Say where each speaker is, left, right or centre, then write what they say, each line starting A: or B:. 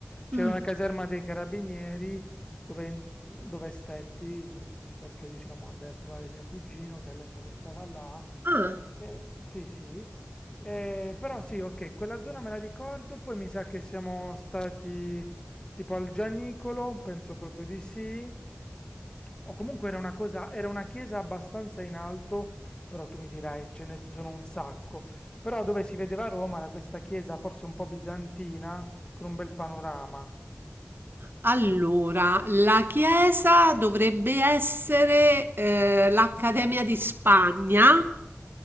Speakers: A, on the left; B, on the right.
A: c'era
B: Mm.
A: una caserma dei carabinieri dove, dove stetti, perché diciamo andai a trovare mio cugino che all'epoca stava là.
B: Ah.
A: Eh, sì, sì, eh, però sì, ok, quella zona me la ricordo, poi mi sa che siamo stati tipo al Gianicolo, penso proprio di sì, o comunque era una cosa, era una chiesa abbastanza in alto, però tu mi dirai ce ne sono un sacco, però dove si vedeva Roma da questa chiesa forse un po' bizantina, con un bel panorama.
B: Allora, la chiesa dovrebbe essere eh, l'Accademia di Spagna,